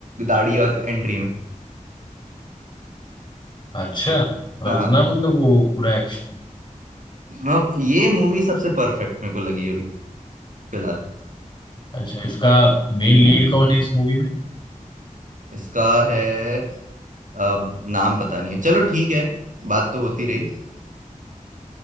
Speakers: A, on the right; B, on the left.
A: दाढ़ी और एंट्री में
B: अच्छा मतलब
A: हाँ
B: इतना मतलब वो पूरा एक्शन
A: म- ये मूवी सबसे परफेक्ट मेरे को लगी अभी फिलहाल
B: अच्छा इसका मेन लीड कौन है इस मूवी में
A: इसका है अब नाम पता नहीं है चलो ठीक है बात तो होती रही